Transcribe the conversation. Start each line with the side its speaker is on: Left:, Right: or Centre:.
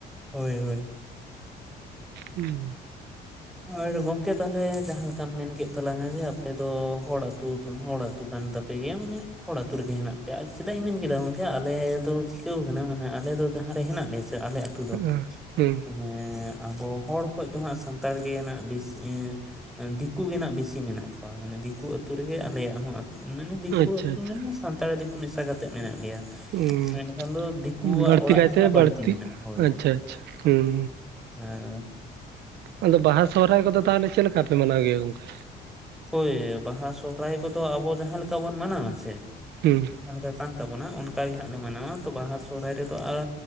Centre: ᱦᱳᱭ ᱦᱳᱭ
Right: ᱦᱩᱸ
Centre: ᱟᱨ ᱜᱚᱝᱠᱮ ᱛᱟᱦᱚᱞᱮ ᱡᱟᱦᱟ ᱞᱮᱠᱟᱢ ᱢᱮᱱᱠᱮᱫ ᱛᱟᱞᱟᱝᱟ ᱡᱮ ᱟᱯᱮ ᱫᱚ ᱦᱚᱲ ᱟ. ᱛᱩ ᱦᱚᱲ ᱟᱹᱛᱩ ᱠᱟᱱ ᱛᱟᱯ- ᱯᱮ ᱜᱮᱭᱟ ᱢᱟᱱᱮ ᱦᱚᱲ ᱟᱛᱳ ᱨᱮᱜᱮᱡ ᱦᱮᱱᱟᱜ ᱯᱮᱭᱟ ᱪᱮᱫᱟᱜ ᱤᱧ ᱢᱮᱱ ᱠᱮᱫᱟ ᱜᱚᱝᱠᱮ ᱟᱞᱮ ᱫᱚ ᱪᱤᱠᱟᱹᱣ ᱠᱟᱱᱟ ᱢᱟᱱᱮ ᱟᱞᱮ ᱫᱚ ᱡᱟᱦᱟᱸ ᱨᱮ ᱦᱮᱱᱟᱜ ᱞᱮᱭᱟ ᱥᱮ ᱟᱞᱮ ᱟ. ᱛᱩ ᱫᱚ
Right: ᱦᱩᱸ
Centre: ᱢᱟᱱᱮ ᱟᱵᱚ ᱦᱚᱲ ᱠᱷᱚᱡ ᱫᱚ ᱦᱟᱸᱜ ᱥᱟᱱᱛᱟᱲ ᱜᱮ ᱱᱟᱜ ᱵᱮᱥᱤ ᱮ ᱫᱤᱠᱩ ᱜᱮᱱᱟᱜ ᱵᱮᱥᱤ ᱢᱮᱱᱟᱜ ᱠᱚᱣᱟ ᱢᱟᱱᱮ ᱫᱤᱠᱩ ᱟᱹᱛᱩ ᱨᱮᱜᱮ ᱟᱞᱮᱭᱟᱜ ᱦᱚᱸ ᱟᱹᱛᱩ ᱢᱟᱱᱮ ᱫᱤᱠᱩ
Right: ᱟᱪᱪᱷᱟ
Centre: ᱟᱹᱛᱩ
Right: ᱟᱪᱪᱷᱟ
Centre: ᱢᱮᱱ ᱥᱟᱱᱛᱟᱲᱤ ᱫᱤᱠᱩ ᱢᱮᱥᱟ ᱠᱟᱛᱮᱜ ᱢᱮᱱᱟᱜ ᱞᱮᱭᱟ
Right: ᱦᱩᱸ
Centre: ᱢᱮᱱᱠᱷᱟᱱ ᱫᱚ ᱫᱤᱠᱩᱣᱟᱜ
Right: ᱵᱟᱹᱲᱛᱤ
Centre: ᱚᱲᱟᱜ
Right: ᱠᱟᱭᱛᱮ
Centre: ᱜᱮᱦᱟᱸᱜ ᱵᱟᱹᱲᱛᱤ ᱢᱮᱱᱟᱜᱼᱟ ᱦᱳᱭ
Right: ᱟᱪᱪᱷᱟ ᱟᱪᱪᱷᱟ ᱦᱩᱸ
Centre: ᱦᱮᱸ
Right: ᱟᱫᱚ ᱵᱟᱦᱟ ᱥᱚᱨᱦᱟᱭ ᱠᱚᱫᱚ ᱛᱟᱦᱚᱞᱮ ᱪᱮᱫᱞᱮᱠᱟ ᱯᱮ ᱢᱟᱱᱟᱣ ᱜᱮᱭᱟ ᱜᱚᱢᱠᱮ
Centre: ᱦᱳᱭ ᱵᱟᱦᱟ ᱥᱚᱦᱨᱟᱭ ᱠᱚᱫᱚ ᱟᱵᱚ ᱡᱟᱦᱟᱸ ᱞᱮᱠᱟ ᱵᱚᱱ ᱢᱟᱱᱟᱣᱟᱥᱮ
Right: ᱦᱩᱸ
Centre: <inaudible> ᱠᱟᱱ ᱛᱟᱵᱚᱱᱟ ᱚᱱᱠ ᱜᱮ ᱦᱟᱸᱜ ᱞᱮ ᱢᱟᱱᱟᱣᱟ ᱛᱚ ᱵᱟᱦᱟ ᱥᱚᱦᱨᱟᱭ ᱨᱮᱫᱚ ᱟᱨ